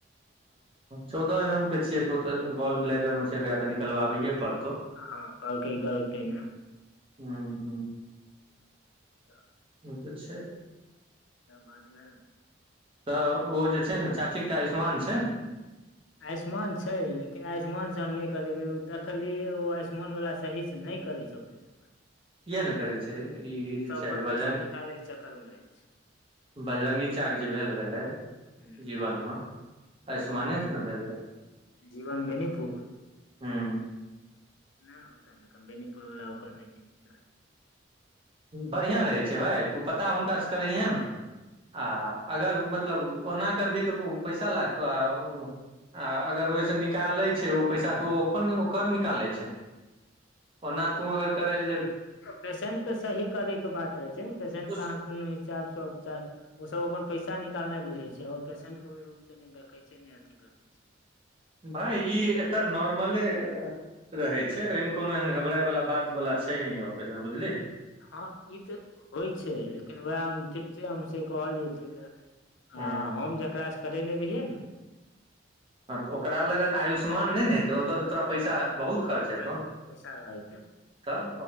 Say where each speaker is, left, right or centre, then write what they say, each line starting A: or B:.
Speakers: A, on the right (about 30°); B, on the left (about 75°).
A: चौदह एम एम के छिये तो तऽ गोल्फ ब्लेडर मे चाहे ते निकलबै पड़तौ।
B: हँ कहलके इ गलतय नहि।
A: ह ह
B: अच्छा।
A: ओ तऽ छै
B: बात भेल ने।
A: तऽ ओ जे छै ने चाची आयुष्मान छै ना।
B: आयुष्मान छै लेकिन आयुष्मान से हम नैय करेबेैय ओ देखलियै ओ आयुष्मान वाला सही से नैय करै छै पेश
A: किए नैय करै छै ई जे छै
B: अपन पैसा
A: बजरंग।
B: निकाले के चक्कर मे रहे छै
A: बजरंगी चच्चा के जे भेल रहे
B: ह
A: जीवन म आयुष्मानेसँ ने भेल
B: जीवन बेनीपुर
A: रहै
B: नहि ओतऽ नहि क बेनीपुर वला ओकर नहि ठीक छै
A: बढ़िआँ रहै छै भाय तू पता हुनकासँ करैहे ने आ अगर मतलब ओना करबही तऽ पैसा लागतौ आ आ अगर ओई सऽ निकालय छै ओ पैसा त अपन ओकर निकालय। ओना तू अगर करै ल जे
B: पेसेंट के सही करय के बात रहै छै ने पेसेंट
A: जेबही
B: के अहाँ कोन हिसाब सऽ उपचार, ओ सभ अपन पैसा निकालनाय बुझय छै और पेसेंट के ओइ रूप से नैय देखे छै। ने अथि करय छै।
A: भाय ई एकर नर्मले। रहै छै ओहिमे कोनो एहन घबराए वला बात बला छै नै ऑपरेशन बुझली
B: ह ई तऽ होइ छै लेकिन उएह हम ठीक छै हम से कहलियै तै लए
A: हँ
B: आ हम जकरा सँ करेने रहियै न।
A: हँ तऽ ओकरा लगन आयुष्मान नहि ने हेतौ ओतऽ तऽ तोरा
B: नहि
A: पैसा
B: ओकरा
A: बहुत खर्च
B: हँ
A: हेतौ
B: पै
A: न।
B: पैसा लागतै
A: तऽ